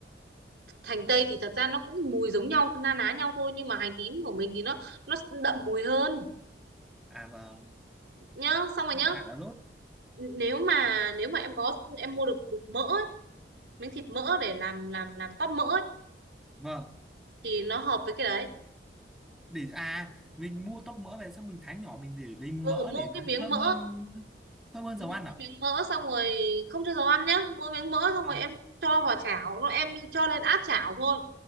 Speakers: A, on the right; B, in the centre.
A: hành tây thì thật ra nó cũng mùi giống nhau na ná nhau thôi nhưng mà hành tím của mình thì nó nó đậm mùi hơn
B: à vâng
A: nhá xong rồi
B: chả
A: nhá
B: là đốt
A: nếu mà nếu mà em có em mua được cục mỡ ấy, miếng thịt mỡ để làm làm làm tóp mỡ ấy,
B: vâng
A: thì nó hợp với cái đấy
B: để à mình mua tóp mỡ về xong mình thái nhỏ mình để lấy mỡ
A: ừ mua
B: để nó
A: cái miếng
B: thơm
A: mỡ
B: hơn thơm hơn
A: mua
B: dầu ăn à
A: cái miếng mỡ xong rồi không cho dầu ăn nhá mua miếng mỡ xong
B: vâng
A: rồi em cho vào chảo nó em cho lên áp chảo thôi